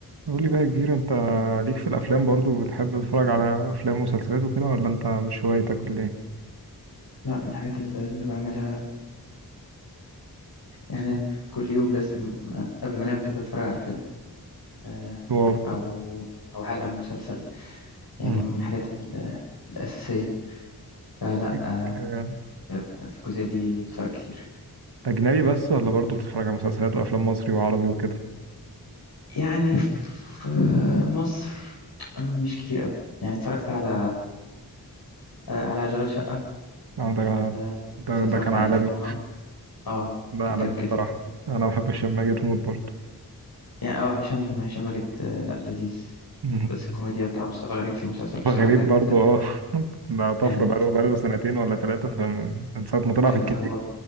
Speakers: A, on the right; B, on the left.
A: قول لي بقى يا كبير انت ليك في الافلام برضو بتحب تتفرج على افلام ومسلسلات وكده ولا انت مش هوايتك ولا ايه
B: لا من الحاجات الل- اللي بعملها يعني أنا كل يوم لازم آه، قبل ما انام كده اتفرج على فيلم آه،
A: واو
B: او او حلقة من مسلسل يعني
A: مم.
B: من الحاجات ال- الأساسية فلا
A: ليك
B: آه،
A: آه،
B: في الجزئية دي بتفرج كتير
A: اجنبي بس ولا برضو بتتفرج على مسلسلات وافلام مصري وعربي وكده
B: يعني في مصر مش كتير قوي يعني اتفرجت على آه، على أشغال شقة
A: اه ده
B: ده
A: ده
B: مسلسل اتفرجت
A: ده كان عالمي
B: عليه في رمضان اه
A: ده
B: كان
A: عالمي
B: جامد
A: بصراحة
B: جدا كان فيه
A: انا بحب هشام ماجد موت برضو
B: يعني اه هشام هشام ماجد آه، لا لذيذ
A: مم.
B: بس الكوميديا بتاع مصطفى غريب في المسلسل
A: مصطفى
B: بصراحة
A: غريب
B: كانت
A: برضو اه <laughs> ده طفرة
B: كانت
A: بقاله بقاله سنتين ولا ثلاثة فمن من ساعة ما طلع
B: كانت
A: في الكبير
B: حوار